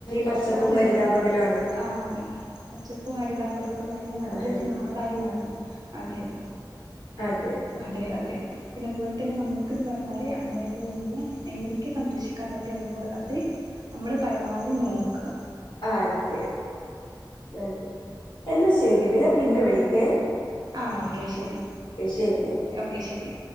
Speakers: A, on the left; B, on the right.
A: പച്ചപ്പും
B: നാടിന്റെ
A: പരിതാപകരമാണ്
B: ആഹ് പച്ചപ്പും ഹരിതഭം ഓക്കെ നിറഞ്ഞ നല്ലൊരു
A: ആഹരി
B: നാടയ് മാറണം അതെ അതെ
A: അതെ
B: അതെ അതെ. പിന്നെ അതു പോലെ തന്നെ നമ്മക്ക് എന്ന് പറഞ്ഞാല് നമ്മുടെ ഭൂമിയെ എങ്ങനെയൊക്കെ സംരക്ഷിക്കാൻ പറ്റോ അതുപോലെ ത് നമ്മള് പരമാവധി നോക്കണം.
A: അതെ അതെ എന്നാ ശെരിടാ
B: ആ
A: ഞാൻ പിനെ വിളിക്കാം. ക്കെ
B: ഓക്കെ ശെരി
A: ശരിയാ
B: ഓക്കെ ശെരി